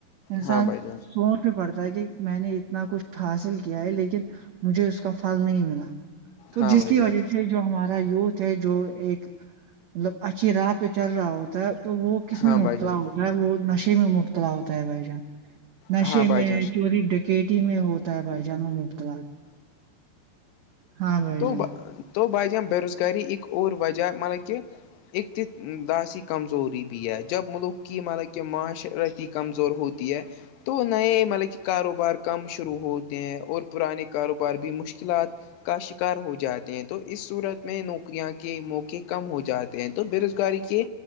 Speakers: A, on the right; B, on the left.
A: انسان
B: ہاں بھائی جان
A: سوچ میں پڑتا ہے کہ میں نے اتنا کچھ حاصل کیا ہے لیکن مجھے اس کا فھل نہیں ملا تو
B: ہاں
A: جس
B: بھائی
A: کی
B: جان
A: وجہ سے جو ہمارا یوتھ ہے جو ایک مطلب اچھی راہ پہ چل رہا ہوتا ہے تو وہ کس
B: ہاں
A: میں مبتلا
B: بھائی جان
A: ہوتا ہے وہ نشے میں مبتلا ہوتا ہے بھائی جان نشے
B: ہاں بھائی
A: میں
B: جان
A: چوری ڈکیٹی میں ہوتا ہے بھائی جان وہ مبتلا ہاں بھائی
B: دو
A: جان
B: بھائی ہم تو بے روزگاری کرری اک اور وجہ مطلب کہہ اقتداسی کمزوری بھی ہے جب ملک کہ مطلب کہ معاشرتی کمزور ہوتی ہے تو نئے مطلب کہ کاروبار کم شروع ہوتے ہیں اور پرانے کاروبار بھی مشکلات کا شک شکار ہو جاتے ہیں تو اس صورت میں نوکریاں کے موقع کم ہو جاتے ہیں تو بے روزگاری کے